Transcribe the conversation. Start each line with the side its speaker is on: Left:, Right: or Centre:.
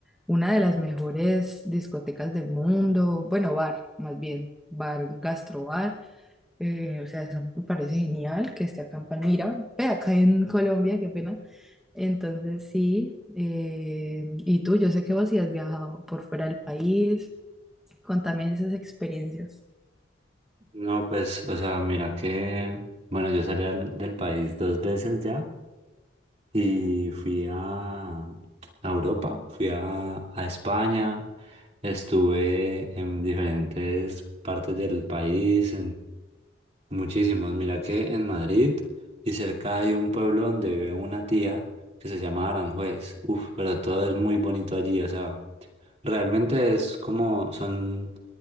Centre: una de las mejores discotecas del mundo, bueno, bar, más bien, bar, gastrobar, eh, o sea, eso me parece genial que esté acá en Palmira, ve acá en Colombia, qué pena. Entonces sí, eh, y tú, yo sé que vos sí has viajado por fuera del país, contame esas experiencias.
Right: No, pues, o sea, mira que, bueno, yo salí al- del país dos veces ya y fui a, a Europa, fui a, a España, estuve en diferentes partes del país, Muchísimos. Mira que en Madrid y cerca hay un pueblo donde vive una tía que se llama Aranjuez. Uf, pero todo es muy bonito allí. O sea, realmente es como, son